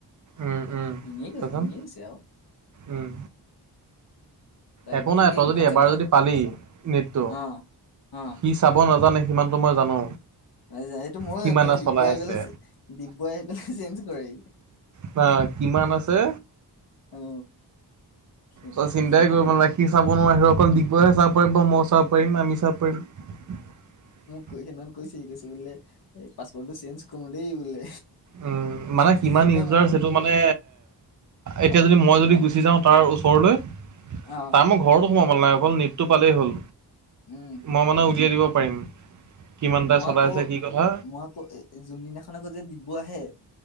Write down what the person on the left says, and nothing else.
এনেই কৈছে
এনেই কৈছে আৰু।
বাকী
কি
ভাত
চাত খোৱা
অ অ
ন এইটো ময়ো
জানো এই ডিবুৱ
আহি
পেলাই ডিবুৱাই আহি পেলাই চেঞ্জ কৰে
অ' সিদিনাখন
ডিব
ক সত কৈছে সি কৈছে বোলে এই পাছপৰ্টটো চেঞ্জ কৰো দেই বোলে।
সি
জানে
মোৰ
চাও
অ
উম
মই
আকৌ
মই আকৌ এ যোনদিনাখন আকৌ যে দিব আহে।